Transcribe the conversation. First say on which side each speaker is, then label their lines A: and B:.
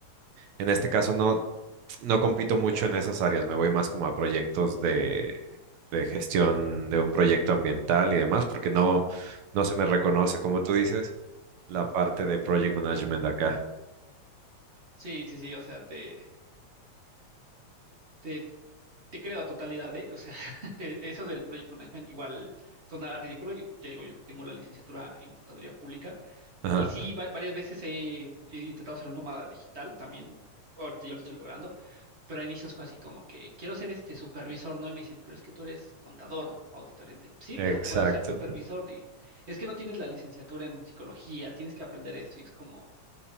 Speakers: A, on the right; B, on the right.
A: en este caso no, no compito mucho en esas áreas, me voy más como a proyectos de, de gestión de un proyecto ambiental y demás, porque no, no se me reconoce, como tú dices, la parte de project management acá.
B: Sí, sí, sí, o sea, te, te, te creo a totalidad, ¿eh? O sea, <laughs> eso del Project Management igual sonará ridículo. Yo te digo, yo tengo la licenciatura en contaduría pública
A: Ajá,
B: y sí, va- varias veces he, he intentado ser un nómada digital también. Ahorita yo lo estoy logrando Pero a inicios fue así como que quiero ser este supervisor, ¿no? Y me dicen, pero es que tú eres contador, auditor. Y es de, sí,
A: exacto.
B: pero puedo ser supervisor. Y es que no tienes la licenciatura en psicología, tienes que aprender esto. Y es como,